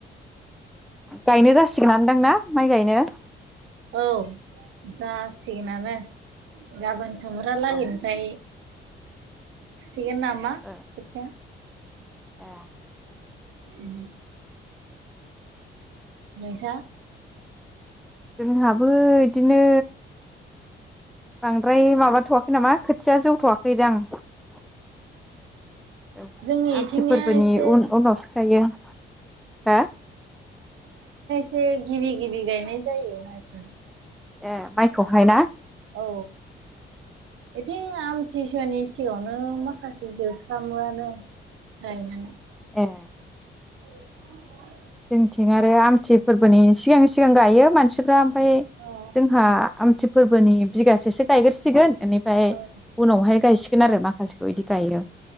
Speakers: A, in the centre; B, on the right (about 80°).
A: गायनो जासिगोनदांना माइ गायनो
B: औ जासिगोनानो गाबोन। समब्रा लागैनिफ्राय
A: औ
B: सिगोन नामा
A: ओ
B: खोथिया
A: ए
B: उम नोंसा
A: जोंहाबो इदिनो बांद्राय माबाथ'वाख खै नामा खोथिया जौथ'वाखैदां औ
B: जोंनि इथिंनिया
A: आमथि फोरबोनि
B: एसे
A: उन उनाव सोखायो हा
B: से गिबि गिबि गायनाय जायो माइखो
A: एम माइखौहाय ना?
B: औ एथिं आमथि सिगांनि सिगाङावनो माखासे जोबफ्रामोआनो गायनानै।
A: ए
B: बेथ' नंगौ आरो
A: जोंनिथिं आरो आमथि फोरबोनि सिगां सिगां गायो मानसिफ्रा फाय
B: औ
A: जोंहा आमथि फोरबोनि बिगासेसो गायग्रोसिगोन इनिफ्राय
B: औ
A: उनावहाय गायसिग गोन आरो माखासेखौ इदि गायो